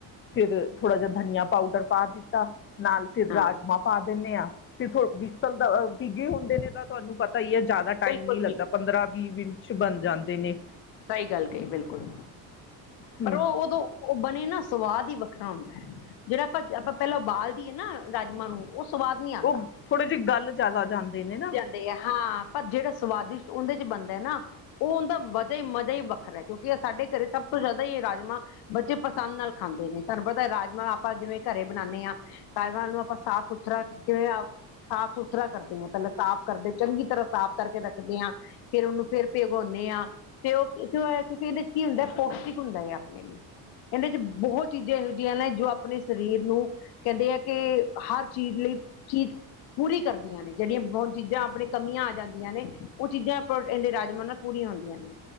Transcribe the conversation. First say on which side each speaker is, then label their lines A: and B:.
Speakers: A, on the left; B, on the left.
A: ਫਿਰ ਥੋੜਾ ਬੋਤ, ਧਨੀਆ ਪਾਊਡਰ ਪਾ ਦਿੱਤਾ ਨਾਲ ਫਿਰ
B: ਹਾਂ
A: ਰਾਜਮਾਂ। ਪਾ ਦੀਨੇ ਆ ਫੇਰ ਥੋ ਵਿਸਲ ਦਾ ਏ ਭਿਗੇ ਹੁੰਦੇ ਨੇ, ਤਾਂ ਤੁਹਾਨੂੰ ਪਤਾ ਹੀ ਹੈ ਜ਼ਿਆਦਾ ਟਾਈਮ
B: ਬਿਲਕੁਲ
A: ਨੀ ਲੱਗਦਾ।
B: ਬਿਲਕੁਲ
A: ਪੰਦਰਾਂ, ਵੀਹ ਮਿੰਟ 'ਚ ਬਣ ਜਾਂਦੇ ਨੇ।
B: ਸਹੀ ਗੱਲ ਕਹੀ ਬਿਲਕੁੱਲ।
A: ਹੂੰ
B: ਪਰ ਉਹ ਉਦੋ, ਉਹ ਬਣੇ ਨਾ ਸਵਾਦ ਹੀ ਵੱਖਰਾ ਹੁੰਦਾ ਐ। ਜਿਹੜਾ ਆਪਾ -ਆਪਾ ਪਹਿਲਾ ਉਬਾਲ ਦੀਏ ਨਾ ਰਾਜਮਾਂ ਨੂੰ, ਉਹ ਸਵਾਦ ਨੀ ਆਂਦਾ।
A: ਉਹ ਥੋੜੇ ਜਿਹੇ, ਗਲ ਜ਼ਿਆਦਾ ਜਾਂਦੇ ਨੇ ਨਾ।
B: ਤੇ ਹਾਂ, ਪਰ ਜਿਹੜਾ ਸਵਾਦਿਸ਼ਟ ਉਹਦੇ ਚ' ਬਣਦਾ ਏ ਨਾ। ਉਹ ਉਦਾਂ ਮਜ਼ਾ-ਮਜਾ਼ ਹੀ ਵੱਖਰਾ ਕਿਉਂਕਿ ਸਾਡੇ ਘਰੇ ਸਭ- ਸਭ ਤੋ ਜ਼ਿਆਦਾ ਹੀ ਇਹ ਰਾਜਮਾ ਬੱਚੇ ਪਸੰਦ ਨਾਲ ਖਾਂਦੇ ਨੇ, ਤੁਹਾਨੂੰ ਪਤਾ ਰਾਜਮਾਂ ਆਪਾ ਜਿਵੇਂ ਘਰੇ ਬਣਾਣੇ ਆ। ਪਹਿਲਾ ਐਨੂੰ ਆਪਾ ਸਾਫ਼ -ਸੁਥਰਾ ਕਿਵੇ? ਸਾਫ਼ -ਸੁਥਰਾ ਕਰਦੇ ਹਾਂ, ਪਹਿਲਾ ਸਾਫ਼ ਕਰਦੇ ਚੰਗੀ ਤਰਾਂ ਸਾਫ਼ ਕਰਕੇ ਰੱਖਦੇ ਆ। ਫੇਰ ਉਹਨੂੰ ਫੇਰ ਭਿਗਾਉਂਨੇ ਆ, ਤੇ ਉਹ ਕਿਉਂਕਿ ਇਦੇ ਚ 'ਕੀ ਹੁੰਦਾ ਪੌਸ਼ਟਿਕ ਹੁੰਦਾ ਹੈ। ਆਪਣੇ ਲਈ, ਇਹਦੇ ਚ 'ਬਹੁਤ ਚੀਜ਼ਾਂ ਇਹੋ ਜਿਹੀਆਂ ਨੇ, ਜੋ ਆਪਣੇ ਸਰੀਰ ਨੂੰ, ਕਹਿੰਦੇ ਆ ਕਿ, ਹਰ ਚੀਜ਼ ਲਈ ਚੀਜ਼। ਪੂਰੀ ਕਰਦੀਆਂ ਨੇ, ਜਿਹੜੀਆ ਹੁਣ ਚੀਜ਼ਾਂ ਆਪਣੇ ਕਮੀਆਂ ਆ ਜਾਂਦੀਆਂ ਨੇ, ਉਹ ਚੀਜ਼ਾਂ ਆਪਾਂ ਇਹਦੇ ਰਾਜਮਾਂਹ ਨਾ- ਪੂਰੀਆਂ ਹੁੰਦੀਆਂ ਨੇ,